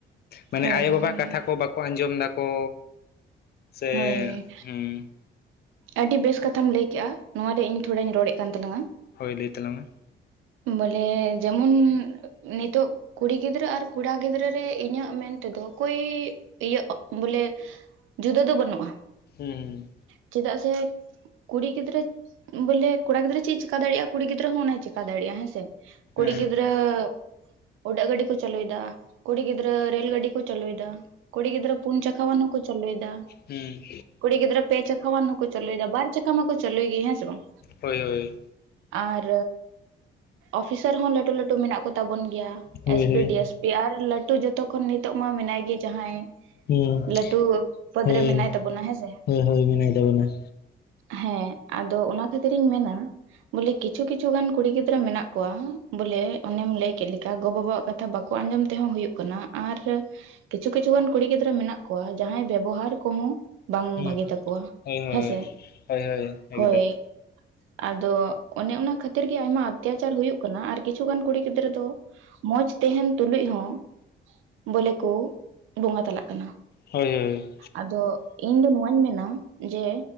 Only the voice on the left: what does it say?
ᱢᱟᱱᱮ
ᱟᱭᱳ
ᱵᱟᱵᱟ ᱠᱟᱛᱷᱟ ᱠᱚ ᱵᱟᱠᱚ ᱟᱸᱡᱚᱢ ᱮᱫᱟᱠᱚ, ᱥᱮ
ᱦᱩᱸ
ᱦᱳᱭ ᱞᱟᱹᱭ ᱛᱟᱞᱟᱝ ᱢᱮ ᱾
ᱦᱩᱸ ᱦᱩᱸ ᱾
ᱦᱮᱸ
ᱦᱮᱸ
ᱦᱳᱭ ᱦᱳᱭ
ᱦᱳᱭ
ᱦᱳᱭ
ᱦᱩᱸ
ᱦᱳᱭ
ᱦᱳᱭ ᱦᱳᱭ ᱢᱮᱱᱟᱭ ᱛᱟᱵᱚᱱᱟ
ᱦᱩᱸ
ᱦᱳᱭ ᱦᱳᱭ
ᱦᱳᱭ ᱮᱠᱫᱚᱢ
ᱦᱳᱭ ᱦᱳᱭ